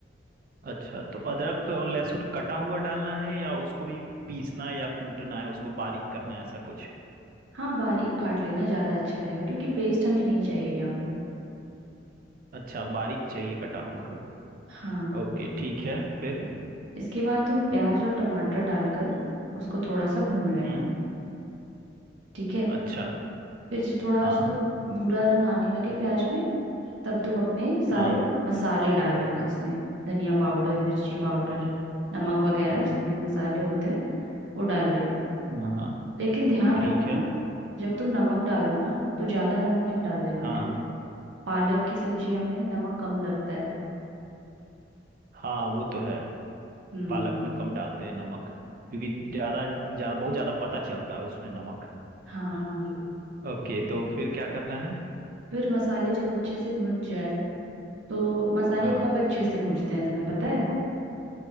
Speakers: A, on the right (about 50°); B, on the right (about 80°).
A: अच्छा तो अदरक और लहसुन कटा हुआ डालना है या उसको भी पीसना है या कूटना है उसको बारीक करना है ऐसा कुछ
B: हाँ बारीक काट लेना ज़्यादा अच्छा रहेगा क्योंकि पेस्ट हमें नहीं चाहिए यहाँ पे
A: अच्छा बारीक चाहिए कटा हुआ
B: हाँ हाँ हाँ
A: ओके ठीक है फिर
B: इसके बाद तुम प्याज और टमाटर डालकर उसको थोड़ा सा भून लेना
A: हम्म
B: ठीक है
A: अच्छा
B: फिर जो थोड़ा
A: हाँ
B: उसका भूरा रंग आने लगे प्याज में तब तुम अपने
A: हाँ
B: सारे मसाले डाल लेना उसमें धनिया पाउडर मिर्ची पाउडर नमक वगैरह जितने मसाले होते हैं वो डाल लेना
A: हाँ हाँ
B: लेकिन ध्यान
A: ठीक
B: रखना
A: है
B: जब तुम नमक डालो ना तो ज्यादा नमक मत डाल देना
A: हाँ
B: पालक की सब्जियों में नमक कम लगता है
A: हाँ वो तो है
B: हम्म
A: पालक में कम डालते हैं नमक क्योंकि ज्यादा ज्यादा बहुत ज्यादा पता चलता है उसमें नमक
B: हाँ हाँ हाँ
A: ओके तो फिर क्या करना है
B: फिर मसाले जब अच्छे से भुन जाए तो मसाले
A: हाँ
B: कब अच्छे से भूनते हैं तुम्हें पता है